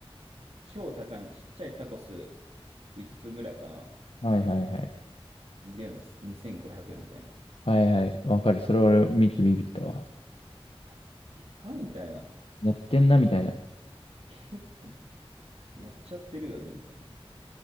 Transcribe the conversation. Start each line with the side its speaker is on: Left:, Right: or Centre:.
Right: 超高いの、ちっちゃいタコス5つつぐらいかな。
Left: はいはいはい。
Right: で、2500円みたいな。
Left: はいはい。わかる。それ俺見てビビったわ。
Right: や、いやばいみたいな。
Left: やってんなみたいな。
Right: 結構、やっちゃってるよね、みたいなね。